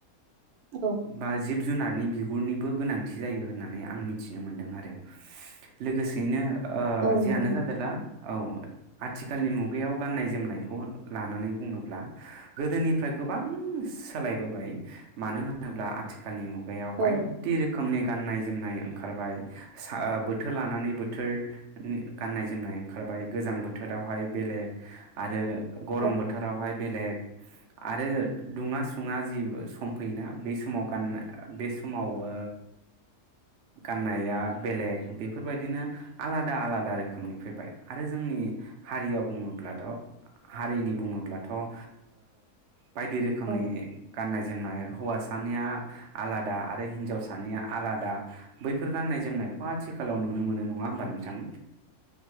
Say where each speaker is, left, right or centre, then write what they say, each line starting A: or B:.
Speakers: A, on the right; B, on the right.
A: औ
B: बा जिब जिब जुनारनि बिगुरनिबो गोनांथि जायो होननानै आं मिथिनो मोनदों आरो लोगोसे बिदिनो ओ
A: औ
B: जियानो
A: नंगौ
B: जादोंला औ आथिखालनि मुगायाव गाननाय जोमनायखौ लानानै बुङोब्ला गोदोनिफ्राय गोबां सोलायबोबाय मानो होनोब्ला आथिखालनि मु गायाव बायदि
A: औ
B: रोखोमनि गाननाय जोमनाय ओंखारबाय बोथोर लानानै बोथोर बोथोरनि गाननाय जोमनाय ओंखारबाय गोजां बोथोरावहाय बेलेग आरो गरम
A: औ
B: बोथोरावहाय बेलेग आरो दुङा सुङा जि सम फैयोना बे समाव गा ओ गाननाया बेलेग बेफोर बायदिनो आलादा आलादा रोखोमनि फैबाय आरो जोंनि हारिया बुङोब्लाथ' हारिनि बुङोब्लाथ ओ बायदि रोखोमनि
A: औ
B: गाननाय जो ओमनाय हौवासानिया आलादा आरो हिन्जावसानिया आलादा। बैफोर गान्नाय जोमनायखौ आथिखाल लाव नुनो मोनो नङा नोंथां